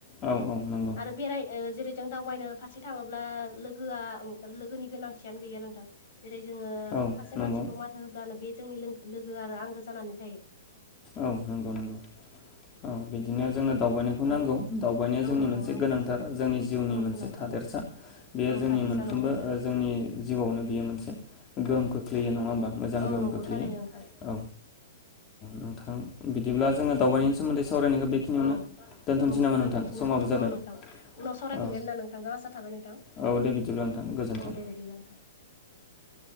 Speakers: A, on the left; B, on the left.
A: औ औ नंगौ।
B: आरो बेराय <unintelligible> जों दावबायनो फारसे थाङोब्ला लोगोआ ओं लोगोनि गोनांथियानो गैया नोंथां। जेरै जोङो
A: औ
B: सासे
A: नंगौ
B: मानसिखौ माथो होब्लानो बे जोंनि लोगो आरो आंगो जानानै थायो।
A: औ नंगौ नंगौ। औ बिदिनो जोंनो दावबायनायखौ
B: औ
A: नांगौ दावबायनाया
B: औ
A: जोंनि
B: नंगौ
A: मोनसे
B: नंगौ
A: गोनांथार जोंनि जिउनि
B: औ
A: मोनसे
B: गोनांथार
A: थादेरसा बेयो
B: औ
A: जोंनि
B: थादेरसा
A: मोनफ्रोमबो
B: नंगौ
A: जोंनि जिउआवनो बियो मोनसे गोहोम खोख्लैयो नङा होमबा मोजां
B: औ
A: गोहोम
B: नंगौ
A: खोख्लैयो
B: थारैनो नोंथां
A: औ नोंथां औ। बिदिब्ला जोङो दावबायनायनि सोमोन्दै सावरायनायखौ बेखिनियावनो
B: औ
A: दोनथ'नोसै
B: औ
A: नामा
B: दोनथ'नोसै
A: समाबो
B: नोंथां
A: जाबाय
B: औ नोंथां उनाव सावरायफिनगोन
A: औ
B: होना नोंथांजों आसा थाबाय नोंथां।
A: औ दे बिदिब्लाब्ला नोंथां गोजोन्थों।
B: औ दे बिदिब्ला <inaudible>